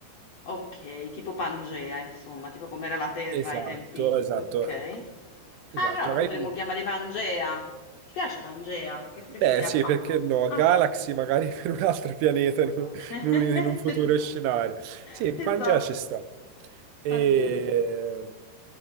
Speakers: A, on the left (about 80°); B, on the right (about 80°).
A: Ok, tipo Pangea, insomma, tipo com'era la Terra
B: Esatto,
A: ai tempi.
B: esatto,
A: Ok.
B: esatto.
A: Ah, allora lo
B: Magari
A: potremmo chiamare Pangea. Ti piace Pangea? Che è pure
B: Beh,
A: simile
B: sì,
A: a Pandora.
B: perché no?
A: Ah.
B: Galaxy magari <laughs> per un altro pianeta in un,
A: <laughs>
B: in un- in un futuro scenario. Sì, Pangea
A: Esatto,
B: ci sta. E...
A: Tange